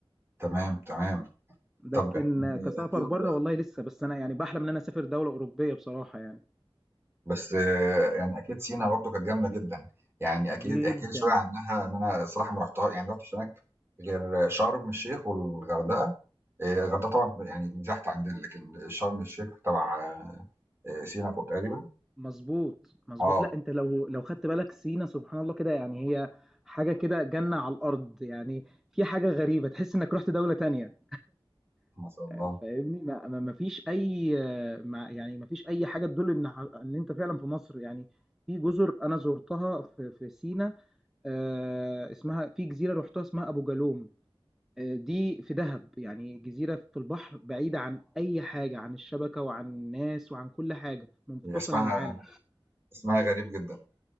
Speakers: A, on the right; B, in the centre.
A: تمام، تمام.
B: لكن
A: طب احكِ
B: آه،
A: لي
B: كسفر
A: احكِ
B: برّه
A: لي بقى
B: والله لسه، بس أنا يعني باحلم إن أنا أسافر دولة أوروبية بصراحة يعني،
A: بس آه، يعني أكيد سينا برضه كانت جامدة جدًا، يعني أكيد
B: جدًا.
A: احكِ لي شوية عنها إن أنا الصراحة ما رُحتها يعني ما رُحتش هناك غير شرم الشيخ والغردقة، آآ الغردقة طبعًا يعني دي تحت عندنا، لكن شرم الشيخ تبع آآ سينا فوق تقريبًا،
B: مضبوط، مضبوط.
A: آه،
B: لأ، أنت لو لو خدت بالك سينا سبحان الله كده يعني هي حاجة كده جنة على الأرض، يعني في حاجة غريبة تحس إنك رُحت دولة تانية
A: ما شاء الله
B: آآ، فاهمني؟ ما ما ما فيش أي آه، ما يعني ما فيش أي حاجة تدل إن ح إن أنت فعلًا في مصر، يعني في جزر أنا زُرتها في في سينا آآ، اسمها في جزيرة رُحتها اسمها أبو جالوم آآ، دي في دهب، يعني جزيرة في البحر بعيدة عن أي حاجة، عن الشبكة وعن الناس وعن كل حاجة، منفصلة
A: هي اسمها
B: عن العالم.
A: اسمها غريب جدًا،